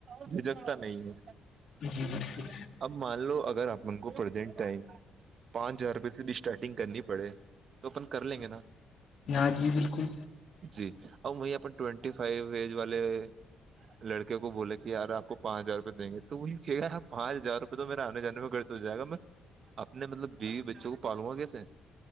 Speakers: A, on the right (about 55°); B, on the left (about 65°).
A: جھجکتا نہیں ہے
B: جی بالکل
A: اب مان لو اگر اپن کو پرزینٹ ٹائم پانچ ہزار روپئے سے بھی اسٹارٹنگ کرنی پڑے تو اپن کر لیں گے نا
B: ہاں جی بالکل
A: جی اور وہ اپ ٹینٹی فائیو ایج والے لڑکے کو بولے کہ ی آپ کو پانچ ہزار روپئے دیں گے تو وہی چے پانچ ہزار روپئے تو میرے آنے جان میں ٹوومرا خرچ تو جائے گا میں اپنے مطلب بیوی بچوں کو پالوں گا کیسے